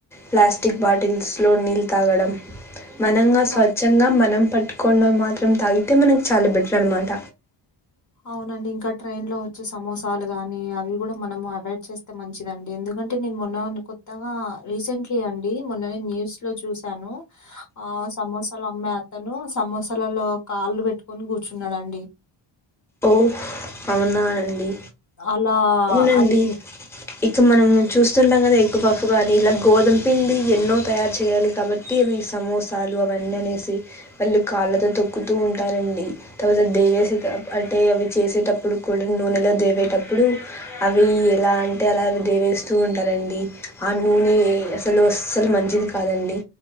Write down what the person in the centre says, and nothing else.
ప్లాస్క్ బాటిల్స్ లో నీళ్ తాగడం మనంగా
స్వచ్ఛంగా మనం పట్టుకోవడం మాత్రం తాగితే మనకు చాలా బెటర్ అనమాట
ఓ అవునా అండి
అవునండి
ఇక మనం చూస్తుంటాం కదా ఎక్కువ పప్పు గానీ ఇలా గోధుమ పిండి ఎన్నో తయారు చేయాలి కాబట్టి అవి సమోసాలు అవన్నీ అనేసి వాళ్ళు కాళ్ళతో తొక్కుతూ ఉంటారండి తర్వాత దే అంటే అవి చేసేటప్పుడు కూడా నూనెలో దేవేటప్పుడు అవి ఎలా అంటే అలా అవి దేవే వేస్తూ ఉంటారండి ఆ నూనె అసలు అస్సలు మంచిది కాదండి